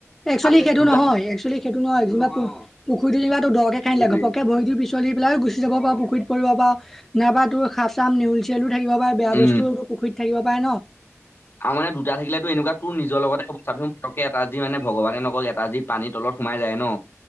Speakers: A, in the centre; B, on the left.
A: একচুৱেলি
B: আৰু
A: সেইটো
B: দুটা
A: নহয়, একচুৱেলি সেইটো নহয়, যিবা পুখুৰীতো যেনিবা দকে খাণ্ডিলে
B: সেইটোৱে
A: ঘপকে ভৰি দিওঁ পিছলি পেলাইও গুচি যাব পাৰ পুখুৰীত পৰিব পাৰ নাইবা তোৰ সাঁপ- চাপ নেউল- চিওলো থাকিব পাৰে বেয়া
B: উম
A: বস্তুও পুখুৰীত থাকিব। পাৰে ন।
B: আৰু মানে দুটা থাকিলে তো এনেকুৱা তোৰ নিজৰ লগতে হব চাবিচোন‍ পতককে এটা যি মানে ভগবানে নকৰক এটা যি পানীত তলত সোমাই যায় ন।